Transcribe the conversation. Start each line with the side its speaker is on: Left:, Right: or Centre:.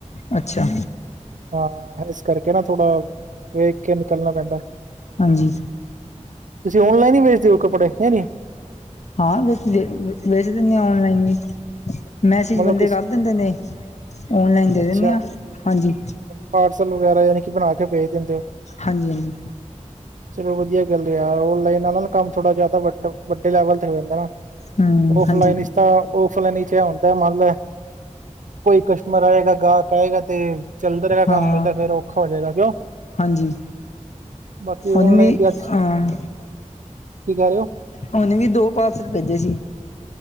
Left: ਅੱਛਾ।
Right: ਹਾਂ, ਇਸ ਕਰਕੇ ਨਾ ਥੋੜਾ ਵੇਖ ਕੇ ਨਿਕਲਨਾ ਪੈਂਦੈ।
Left: ਹਾਂਜੀ
Right: ਤੁਸੀਂ ਔਨਲਾਈਨ ਹੀ ਵੇਚਦੇ ਹੋ ਕੱਪੜੇ ਹੈ ਨੀ।
Left: ਹਾਂ, ਵੇ ਵੇ ਵੇਚ ਦਿੰਨੇ ਆਂ ਔਨਲਾਈਨ ਵੀ। ਮੈਸਿਜ
Right: ਮਤਲਬ
Left: ਬੰਦੇ
Right: ਕਿ
Left: ਕਰ ਦਿੰਦੇ ਨੇ। ਔਨਲਾਈਨ ਦੇ
Right: ਅੱਛਾ
Left: ਦੇਨੇ ਆ ਹਾਂਜੀ।
Right: ਪਾਰਸਲ ਵਗੈਰਾ ਯਾਨੀ ਕਿ ਬਣਾ ਕੇ ਭੇਜ ਦਿੰਦੇ ਹੋ।
Left: ਹਾਂਜੀ-ਹਾਂਜੀ।
Right: ਚਲੋ ਵਧੀਆ ਗੱਲ ਏ ਯਾਰ ਔਨਲਾਈਨ ਨਾਲ ਨਾ ਕੰਮ ਥੋੜ੍ਹਾ ਜਾ ਵੱਡ ਵੱਡੇ ਲੈਵਲ ਤੇ ਹੋ ਜਾਂਦਾ ਨਾ।
Left: ਹੂੰ
Right: ਔਫਲਾਈਨ
Left: ਹਾਂਜੀ
Right: ਇਚ ਤਾਂ ਔਫਲਾਈਨ ਇਚ ਐ ਹੁੰਦਾ ਮਨ ਲੇ ਕੋਈ ਕਸਟਮਰ ਆਏਗਾ, ਗਾਹਕ ਆਏਗਾ ਤੇ ਚੱਲਦਾ ਰਏਗਾ
Left: ਹਾਂ
Right: ਕੰਮ ਵੀ ਤਾਂ ਫੇਰ ਔਖਾ ਹੋ ਜੇਗਾ ਕਿਉਂ?
Left: ਹਾਂਜੀ,
Right: ਬਾਕੀ ਔਨਲਾਈਨ
Left: ਹੁਨ ਵੀ
Right: ਦੀ ਅੱਜ
Left: ਅਹ
Right: ਕੀ ਕਹਿ ਰਹੇ ਹੋ
Left: ਹੁਨ ਵੀ ਦੋ ਪਾਰਸਲ ਭੇਜੇ ਸੀ।